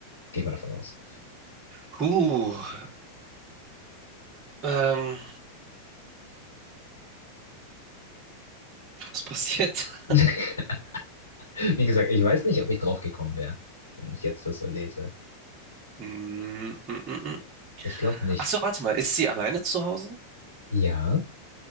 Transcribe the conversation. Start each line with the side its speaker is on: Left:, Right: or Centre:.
Left: Gehe mal davon aus.
Right: Huh, ähm, was passiert?
Left: <laughs>
Right: <laughs>
Left: Wie gesagt, ich weiß nicht, ob ich drauf gekommen wäre, wenn ich jetzt das so lese.
Right: Mm, mm, mm, mm.
Left: Ich glaube nicht.
Right: Ach so, warte mal, ist sie alleine zu Hause?
Left: Ja,